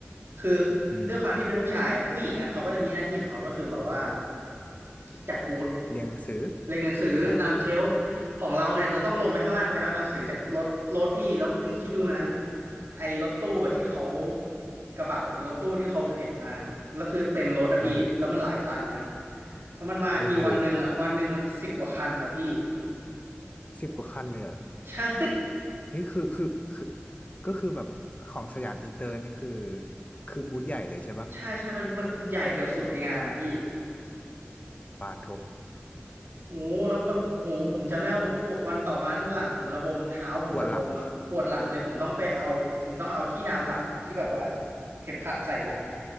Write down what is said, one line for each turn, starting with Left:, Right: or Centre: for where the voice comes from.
Right: คือ
Left: อืม
Right: ด้วยความที่เป็นผู้ชายผู้หญิงอ่ะเขาก็จะมีหน้าที่ของเขาก็คือแบบว่าจัดบูธ
Left: เรียนหนังสือ
Right: เรียงหนังสือตามเชลฟ์ของเราเนี่ยจะต้องลงไปข้างล่างไปเอาหนังสือจากรถรถพี่แล้วพี่คิดดูนะ
Left: อ่า
Right: ไอ้รถตู้ที่เขากระบะหรือรถตู้ที่เขาเห็นมาแล้วคือเต็มรถอะพี่แล้วมันหลายตันนะ
Left: <laughs> อ่า
Right: แล้วมันมาทีวันหนึ่งอะวันหนึ่งมันสิบกว่าคันนะพี่
Left: โอ้โห สิบกว่าคันเลยเหรอ
Right: <laughs> ใช่
Left: เฮ้ยคือคือคือก็คือแบบของสยามอินเตอร์นี่คือคือบูธใหญ่เลยใช่ปะ
Right: ใช่ใช่มันมันใหญ่เกือบสุดในงานอะพี่
Left: ปาทบ
Right: โอ้แล้วแบบโอ้โหผมจำได้ว่าผมปวดวันต่อมาที่หลังผมระบมเท้าผมระบมอะปวดหลังเลยผมต้องไปเอาผมต้องเอาที่ดามหลังอะที่แบบว่า
Left: ปวดหลัง
Right: เข็มขัดใส่หลังอะ